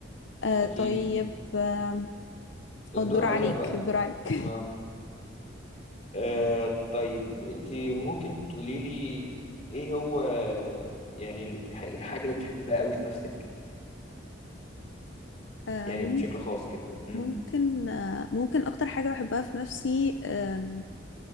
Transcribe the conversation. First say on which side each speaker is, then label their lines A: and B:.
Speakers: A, on the left (about 70°); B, on the left (about 35°).
A: آه
B: اكيد
A: طيب آه
B: الدور
A: أو الدور
B: عليا
A: عليك
B: بقى
A: الدور عليك
B: اه أه طيب انت ممكن تقولي لي ايه هو يعني اللي بتح... الحاجة اللي بتحبها قوي في نفسك
A: <laughs> آه
B: يعني
A: مم-
B: بشكل خاص كده امم
A: ممكن آه ممكن أكتر حاجة بحبها في نفسي آم،